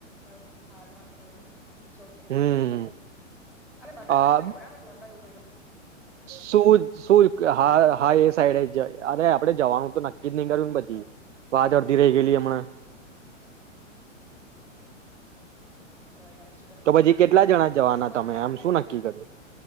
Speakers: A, in the centre; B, on the right.
A: એવ હાડમાં ભલે તો પછી ઈટ્સ ઓ કે આપડે
B: હમ
A: બધાને
B: આ
A: વાત કરીએ બરાબર દ્વારકા જવુ હોય તો.
B: શું શું હા હા એ સાઈડે જ અરે આપડે જવાનું તો નક્કી જ નઈ કર્યું ન પછી વાજ
A: એ જ ને
B: અડધી રેય ગેલી અમણાં
A: તો યાર શું કરીએ
B: તો પછી કેટલા જણા જવાના
A: પૈસા
B: તમે આમ
A: ખોટ્યા
B: શું
A: ને યાર
B: નક્કી
A: પૈસા
B: કર્યું?